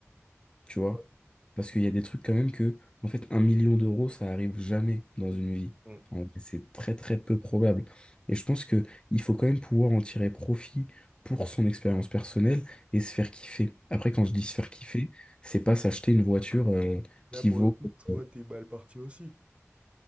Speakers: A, on the left; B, on the right.
A: tu vois?
B: Ouais.
A: Parce qu'il y a des trucs quand même que, en fait, un million d'euros, ça arrive jamais dans une vie.
B: Mm.
A: En vrai, c'est très très peu probable. Et je pense que il faut quand même pouvoir en tirer profit pour son expérience personnelle et se faire kiffer. Après, quand je dis se faire kiffer, c'est pas s'acheter une voiture euh,
B: Là,
A: qui
B: pour
A: vaut.
B: le coup, toi,
A: euh,
B: t'es mal parti aussi.